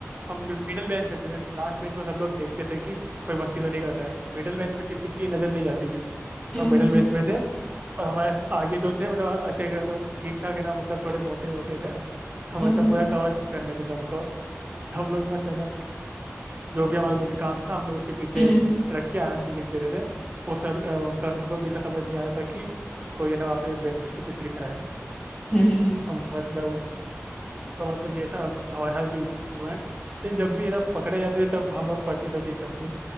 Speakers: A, on the right; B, on the left.
A: हम मिडिल बेंच में थे लास्ट बेंच में सब लोग देखते थे कि कोई मस्ती तो नहीं कर रहा है मिडिल बेंच पे किसी की नजर नहीं जाती थी
B: हम्म
A: तो हम मिडिल
B: हम्म
A: बेंच में थे और हमारे आगे जो थे मतलब अच्छे खासे, मतलब ठीक ठाक है ना मतलब थोड़े मोटे मोटे थे तो
B: हम्म
A: मतलब
B: हम्म
A: पूरा कवर कर लेते थे हमको तो हम लोग मस्त है ना जो भी हमारा जो भी काम था हम लोग उसके पीछे
B: हम्म हम्म
A: रख के आराम से लिख देते थे वो सर अ, सर को भी इतना समझ नहीं आता था कि कोई है ना वहाँ पे बैठ के कुछ लिख रहा है
B: हम्म हम्म हम्म, हम्म, हम्म,
A: हम मतलब तो मतलब ये था अब हमारे साथ भी हुआ है लेकिन जब भी है ना पकड़े जाते थे तब हम पढ़ती तो थी तब भी